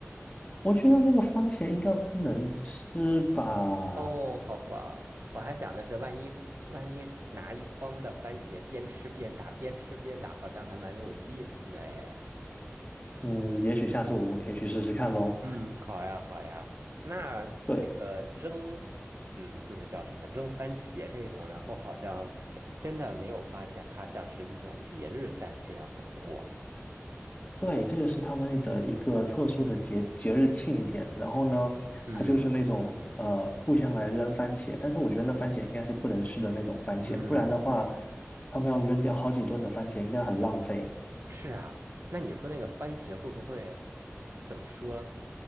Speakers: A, on the left; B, on the right.
A: 我觉得那个番茄应该不能吃吧，
B: 哦，好吧，我还想的是，万一万一拿一筐的番茄边吃边打，边吃边打，好像还蛮有意思的哎。
A: 嗯，也许下次我们可以去试试看喽。
B: 嗯，好呀，好呀。那这个扔，
A: 对，
B: 嗯，就是叫什么扔番茄这种，然后好像真的没有发现它像是一种节日在这样的过。
A: 对，这个是他们的一个特殊的节节日庆典，然后呢，
B: 嗯
A: 它就是那种呃互相来扔番茄，但是我觉得那番茄应该是不能吃的那种番茄，
B: 嗯。
A: 不然的话，他们要扔掉好几吨的番茄，应该很浪费。
B: 是啊，那你说那个番茄会不会怎么说？